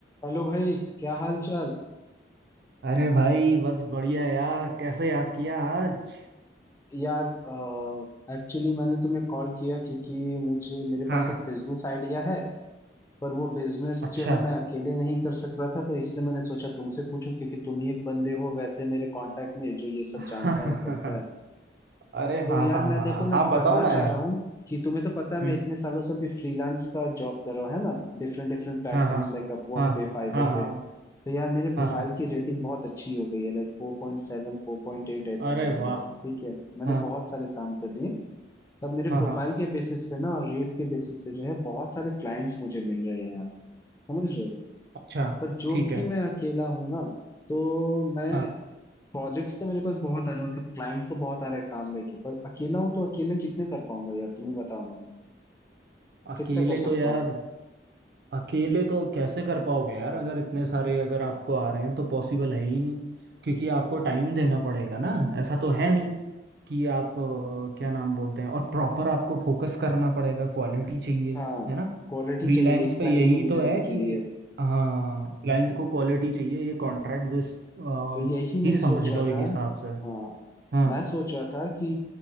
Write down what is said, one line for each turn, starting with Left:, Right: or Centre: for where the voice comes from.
Left: Hello भाई क्या हाल चाल
Right: अरे भाई बस बढ़िया यार कैसे याद किया आज
Left: यार एक्चुअली मैंने तुम्हें कॉल किया क्योंकि मुझे मेरे
Right: हाँ
Left: पास एक बिजनेस आइडिया है पर वो बिजनेस
Right: अच्छा
Left: जो है मैं अकेले नहीं कर सक रहा था तो इसलिए मैंने सोचा तुमसे पूछूं क्योंकि तुम ही एक बंदे हो वैसे मेरे कांटेक्ट में जो ये सब
Right: <laughs>
Left: जानता है करता है
Right: अरे
Left: तो
Right: हाँ
Left: यार
Right: हाँ
Left: मैं
Right: हाँ
Left: देखो ना
Right: हाँ बताओ
Left: करना
Right: ना
Left: चाह
Right: यार
Left: रहा हूँ कि तुम्हें तो पता है मैं
Right: हम्म
Left: इतने सालों से भी फ्रीलांस का जॉब कर रहा हूँ है ना Different different platforms
Right: हाँ हाँ
Left: like Upwork
Right: हाँ
Left: पे फाइवर
Right: हाँ हाँ
Left: पे तो यार मेरे प्रोफाइल
Right: हाँ हाँ
Left: की रेटिंग बहुत अच्छी हो गई है लाइक फोर पॉइंट सेवन फोर पॉइंट एट ऐसा
Right: अरे
Left: चल
Right: वाह
Left: रहा है ठीक है मैंने
Right: हाँ
Left: बहुत सारे काम कर लिए तब मेरे
Right: हाँ
Left: प्रोफाइल
Right: हाँ
Left: के बेसिस पे ना और रेट के बेसिस पे जो है बहुत सारे क्लाइंट्स मुझे मिल रहे हैं यार समझ रहे हो
Right: अच्छा
Left: पर जो
Right: ठीक
Left: कि
Right: है
Left: मैं अकेला हूँ ना तो मैं
Right: हाँ
Left: प्रोजेक्ट्स तो मेरे पास बहुत आ रहे हैं मतलब क्लाइंट्स तो बहुत आ रहे हैं काम लेके पर अकेला हूँ तो अकेले कितने कर पाऊंगा यार तुम ही बताओ ना
Right: अकेले
Left: कितना कर सकता
Right: तो यार
Left: हूँ
Right: अकेले तो कैसे कर पाओगे यार अगर इतने सारे अगर आपको आ रहे हैं तो पॉसिबल है ही नहीं क्योंकि आपको टाइम देना पड़ेगा ना ऐसा तो है नहीं कि आप अ, क्या नाम बोलते हैं और प्रॉपर आपको फोकस करना पड़ेगा क्वालिटी चाहिए
Left: हाँ
Right: है ना
Left: क्वालिटी
Right: फ्रीलांस
Left: चाहिए एक
Right: पे
Left: क्लाइंट
Right: यही
Left: को भी देने
Right: तो है कि
Left: के लिए
Right: हाँ क्लाइंट को क्वालिटी चाहिए ये कॉन्ट्रैक्ट बेस्ड
Left: तो यही
Right: ही
Left: मैं
Right: समझ
Left: सोच
Right: लो
Left: रहा
Right: एक
Left: था
Right: हिसाब से
Left: हाँ
Right: हाँ
Left: मैं सोच रहा था कि